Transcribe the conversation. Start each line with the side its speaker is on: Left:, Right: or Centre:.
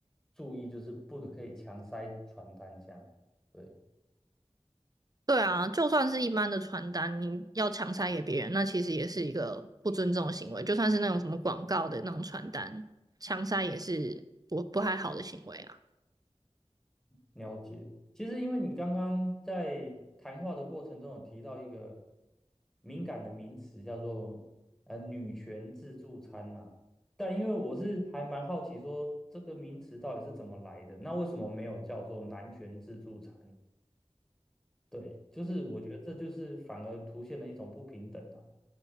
Centre: 注意，就是不可以强塞传单这样。对。
Right: 对啊，就算是一般的传单，你要强塞给别人，那其实也是一个不尊重的行为，就算是那种什么广告的那种传单，强塞也是不不太好的行为啊。
Centre: 了解。其实，因为你刚刚在谈话的过程中有提到一个敏感的名词，叫做呃女权自助餐呐、但因为我是还蛮好奇说这个名词到底是怎么来的，那为什么没有叫做男权自助餐？对，就是我觉得这就是反而凸现了一种不平等啊。